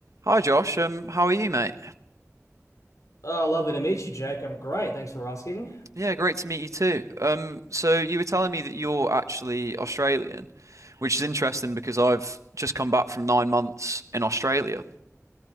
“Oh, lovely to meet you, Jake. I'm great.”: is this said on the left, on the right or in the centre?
Left